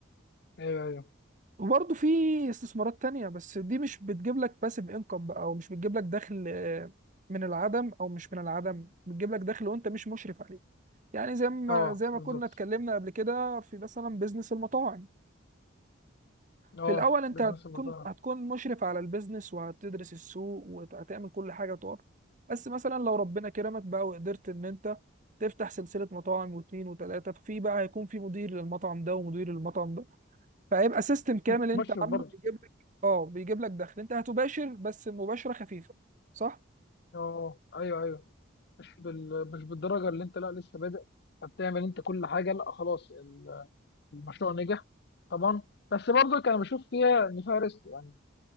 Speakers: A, on the left; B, on the right.
A: أيوه أيوه
B: وبرضه في استثمارات تانية بس دي مش بتجيب لك باسيف انكم بقى او مش بتجيب لك دخل آه، من العدم او مش من العدم بتجيب لك دخل وانت مش مشرف عليه يعني زي ما
A: أه
B: زي ما
A: بالظبط
B: كنا اتكلمنا قبل كده في مثلا بيزنس المطاعم
A: أه
B: في الاول انت
A: بزنس
B: هتكون
A: المطاعم
B: هتكون مشرف على البيزنس وهتدرس السوق وهتعمل كل حاجة تقف بس مثلا لو ربنا كرمك بقى وقدرت ان انت تفتح سلسلة مطاعم واثنين وثلاثة في بقى هيكون في مدير للمطعم ده ومدير للمطعم ده فهيبقى سيستم كامل
A: أنت
B: انت
A: مشرف
B: عامله
A: برضه
B: بيجيب لك اه بيجيب لك دخل انت هتباشر بس مباشرة خفيفة صح
A: أه أيوه أيوه مش بال... مش بالدرجه اللي انت لا لسه بادئ فبتعمل انت كل حاجه لا خلاص ال- المشروع نجح طبعا بس برضك انا بشوف فيها ان فيها ريسك يعني